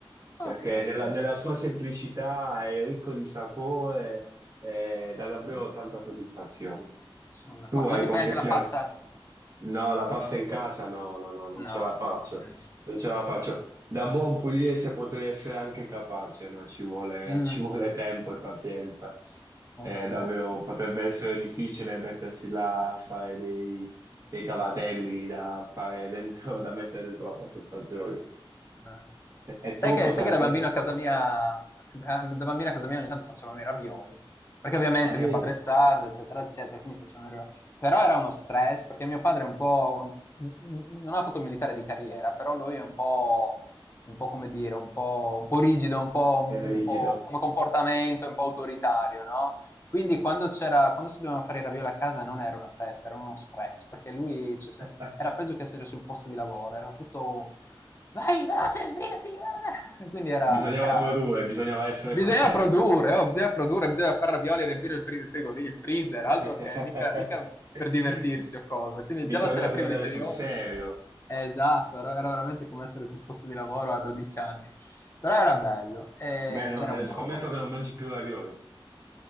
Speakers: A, on the left; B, on the right.
A: Ok,
B: perché nella,
A: ok.
B: nella sua semplicità è ricco di sapore e
A: Sì,
B: dà davvero tanta soddisfazione.
A: sono d'accordo.
B: Tu La
A: Ma
B: hai
A: ti
B: pasta qualche
A: fai anche
B: in
A: la
B: piatto?
A: pasta?
B: casa. No, la pasta in casa no, no, no, non
A: No,
B: ce la faccio,
A: ok.
B: non ce la faccio. Da buon pugliese potrei essere anche capace, ma ci vuole,
A: Mm,
B: <laughs> ci vuole tempo e pazienza.
A: ok.
B: Eh, davvero, potrebbe essere difficile mettersi là a fare dei, dei cavatelli da fare dentro, da mettere dentro la pasta e fagioli. <laughs>
A: Eh.
B: E
A: Sai
B: tu
A: che
B: cos'hai?
A: sai che da bambino a casa mia da da bambino a casa mia ogni tanto facevamo i ravioli, perché ovviamente
B: Addirittura
A: mio padre è sardo, eccetera, eccetera, quindi facevamo i ra però era uno stress, perché mio padre è un po' n n non ha fatto un militare di carriera, però lui è un po' un po' come dire, un po' un po' rigido, un po' un
B: è
A: un
B: rigido.
A: po' come comportamento, un po' autoritario, no, quindi quando c'era quando si dovevano fare i ravioli a casa non era una festa, era uno stress, perché lui cioè se
B: <laughs>
A: era peggio che essere sul posto di lavoro, era tutto vai veloce, sbrigati. <laughs> Quindi era,
B: Bisognava
A: era,
B: produrre,
A: era questo sì.
B: bisognava essere efficienti.
A: Bisogna produrre, oh, bisogna produrre, bisogna fare ravioli e riempire il, fri- il, frigori- il freezer,
B: <laughs>
A: altro che mica, mica per divertirsi o cosa. Quindi
B: Bisogna
A: già la sera
B: prendere
A: prima dicevi,
B: sul
A: oh,
B: serio.
A: eh, esatto, era, era, veramente come essere sul posto di lavoro a 12 anni. Però era bello eh,
B: Beh, no,
A: ed erano
B: eh, scommetto
A: buoni.
B: che non mangi più ravioli.